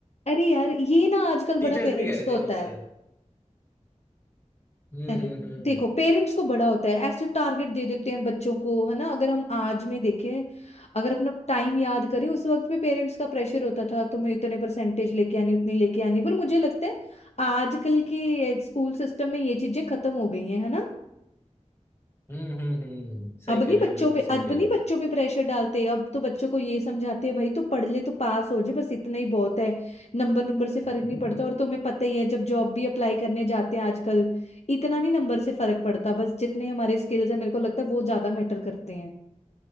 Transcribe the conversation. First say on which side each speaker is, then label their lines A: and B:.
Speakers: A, on the left; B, on the left.
A: अरे यार ये ना आजकल
B: टीचर्स
A: बड़ा पेरेंट्स
B: भी कह रहे
A: का होता
B: थे मुझसे
A: है
B: हम्म
A: अरे
B: हम्म हम्म
A: देखो पेरेंट्स को बड़ा होता है ऐसे टारगेट दे देते हैं बच्चों को है ना अगर हम आज में देखें अगर अपना टाइम याद करें उस वक्त में पेरेंट्स का प्रेशर होता था तुम्हें इतने परसेंटेज लेके आनी उतनी लेके आनी पर मुझे लगता है आजकल के स्कूल सिस्टम में ये चीजें खत्म हो गई हैं है ना
B: हम्म हम्म हम्म, सही
A: अब
B: कह
A: नहीं
B: रहे
A: बच्चों
B: हो आप बिल्कुल
A: पे
B: सही
A: अब
B: कह
A: नहीं
B: रहे हो
A: बच्चों पे प्रेशर डालते अब तो बच्चों को ये समझाते हैं भाई तू पढ़ ले तू पास हो जाए बस इतना ही बहुत है नंबर नंबर से फर्क
B: <laughs>
A: नहीं पड़ता और तुम्हें पता ही है जब जॉब भी अप्लाई करने जाते हैं आजकल इतना नहीं नंबर से फर्क पड़ता बस जितने हमारे स्किल्स है मेरे को लगता है वो ज्यादा मैटर करते